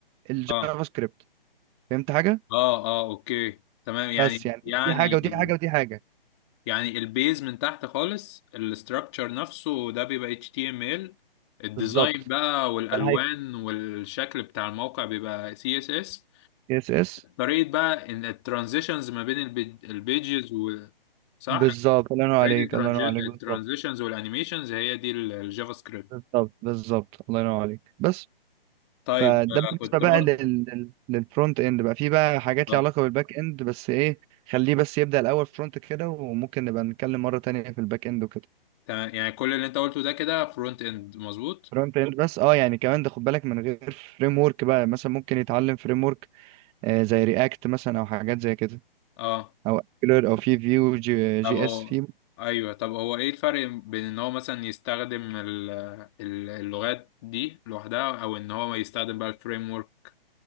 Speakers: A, on the right; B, on the left.
A: الجافا
B: اه
A: سكريبت فهمت حاجة
B: اه اه اوكي تمام يعني
A: بس يعني
B: يعني
A: دي حاجة
B: ال-
A: ودي حاجة ودي حاجة
B: يعني البيز من تحت خالص الاستراكشر نفسه ده بيبقى HTML الديزاين
A: بالظبط
B: بقى والالوان
A: ده الهيكل
B: والشكل بتاع الموقع بيبقى CSS
A: اس اس
B: طريقة بقى ان الترانزيشنز ما بين البيجز صح
A: بالظبط الله ينور عليك
B: ريت
A: الله ينور عليك بالظبط
B: الترانزيشنز والانيميشنز هي دي ال- الجافا سكريبت
A: بالظبط بالظبط الله ينور عليك بس
B: طيب
A: فده بالنسبه
B: آه، كنت
A: بقى
B: برضه
A: لل... لل- للفرونت اند بقى في بقى حاجات
B: اه
A: ليها علاقه بالباك اند بس ايه خليه بس يبدا الاول فرونت كده وممكن نبقى نتكلم مره تانية في الباك اند وكده
B: تمام يعني كل اللي انت قلته ده كده فرونت اند مظبوط
A: فرونت اند بس اه يعني كمان ده خد بالك من غير فريم ورك بقى مثلا ممكن يتعلم فريم ورك آه زي رياكت مثلا او حاجات زي كده
B: اه
A: او Angular او في فيو جي,
B: طب
A: جي
B: هو
A: اس في
B: ايوه طب هو ايه الفرق بين ان هو مثلا يستخدم ال- ال- اللغات دي لوحدها او ان هو يستخدم بقى الفريم ورك